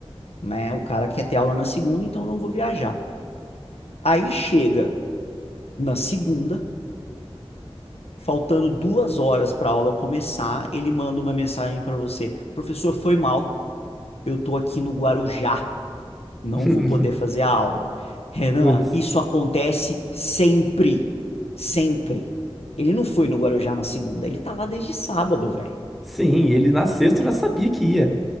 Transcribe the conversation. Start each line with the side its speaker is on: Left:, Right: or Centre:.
Left: né? O cara quer ter aula na segunda, então eu não vou viajar. Aí chega na segunda, faltando duas horas para a aula começar, ele manda uma mensagem para você: professor, foi mal, eu estou aqui no Guarujá, não
Centre: <laughs>
Left: vou poder fazer a aula. Renan,
Centre: Putz.
Left: isso acontece sempre, sempre. Ele não foi no Guarujá na segunda, ele tá lá desde sábado, velho.
Centre: Sim, ele na sexta eu já sabia que ia.